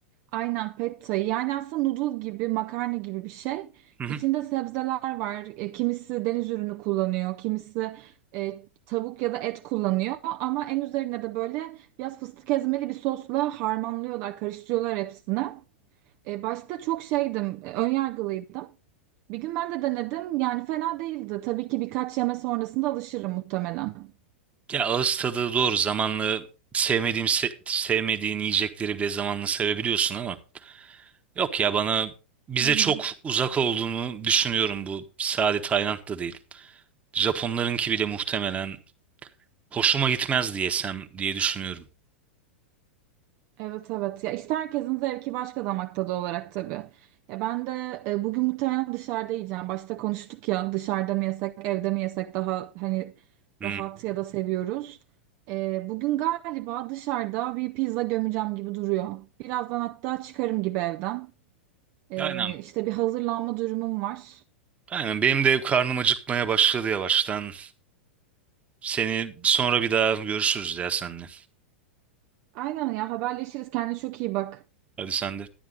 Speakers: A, on the right; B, on the right.
A: aynen pad thai yani aslında noodle gibi makarna gibi bir şey.
B: Hı hı.
A: İçinde sebzeler var E, kimisi deniz ürünü kullanıyor kimisi e, tavuk ya da et kullanıyor. Ama en üzerine de böyle biraz fıstık ezmeli bir sosla harmanlıyorlar karıştırıyorlar hepsini. E, başta çok şeydim, e, önyargılıydım. Bir gün ben de denedim. Yani fena değildi. Tabii ki birkaç yeme sonrasında alışırım muhtemelen.
B: Ya ağız tadı doğru. Zamanla sevmediğim se- sevmediğin yiyecekleri bile zamanla sevebiliyorsun ama yok ya bana bize
A: Hı hı.
B: çok uzak olduğunu düşünüyorum bu sade Tayland da değil. Japonlarınki bile muhtemelen hoşuma gitmez diyesem diye düşünüyorum.
A: Evet evet. Ya işte herkesin zevki başka damak tadı olarak tabii. Ya ben de e, bugün muhtemelen dışarıda yiyeceğim. Başta konuştuk ya dışarıda mı yesek, evde mi yesek daha hani
B: Hı.
A: rahat ya da seviyoruz. E, bugün galiba dışarıda bir pizza gömeceğim gibi duruyor. Birazdan hatta çıkarım gibi evden. E,
B: Aynen.
A: işte bir hazırlanma durumum var.
B: Aynen benim de karnım acıkmaya başladı yavaştan. Seni sonra bir daha görüşürüz ya senle.
A: Aynen ya haberleşiriz. Kendine çok iyi bak.
B: Hadi sen de.